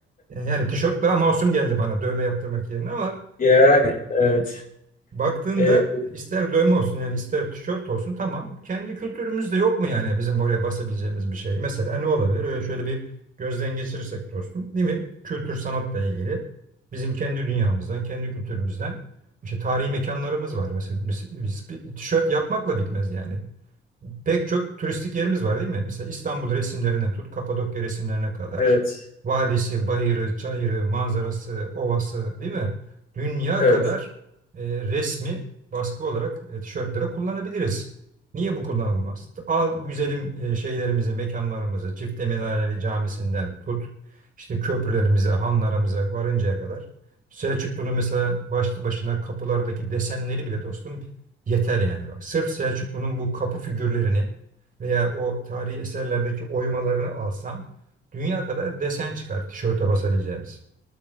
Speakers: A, on the right; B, on the left.
A: E, Yani tişört daha masum geldi bana dövme yaptırmak yerine ama
B: Yani evet.
A: Baktığında
B: E,
A: ister dövme olsun yani ister tişört olsun tamam. Kendi kültürümüzde yok mu yani bizim oraya basabileceğimiz bir şey? Mesela ne olabilir? Öyle şöyle bir gözden geçirirsek dostum, değil mi? Kültür sanatla ilgili bizim kendi dünyamızdan, kendi kültürümüzden işte tarihi mekanlarımız var. Mesela biz, biz bir tişört yapmakla bitmez yani. Pek çok turistik yerimiz var değil mi? Mesela İstanbul resimlerine tut, Kapadokya resimlerine kadar.
B: evet.
A: Vadisi, bayırı, çayırı, manzarası, ovası değil mi? Dünya
B: Evet.
A: kadar e, resmi baskı olarak e, tişörtlere kullanabiliriz. Niye bu kullanılmaz? Al güzelim e, şeylerimizi, mekanlarımızı, Çifteminareli Camisi'nden tut, işte köprülerimize, hanlarımıza varıncaya kadar. Selçuklu'nun mesela başlı başına kapılardaki desenleri bile dostum Yeter yani bak. Sırf Selçuklu'nun bu kapı figürlerini veya o tarihi eserlerdeki oymalarını alsan dünya kadar desen çıkar tişörte basabileceğimiz.